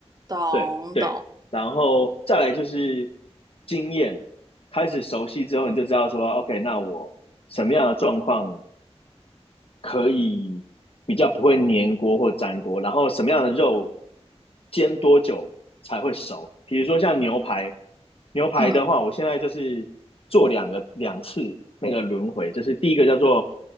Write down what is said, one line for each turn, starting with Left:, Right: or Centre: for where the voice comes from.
Right: 懂懂，
Left: 对对，然后再来就是经验，开始熟悉之后，
Right: 嗯
Left: 你就知道说，OK，那我什么样的状况可以比较不会粘锅或粘锅，然后什么样的肉煎多久才会熟？比如说像牛排，牛排的话，
Right: 嗯，
Left: 我现在就是做两个两次那个轮回，就是第一个叫做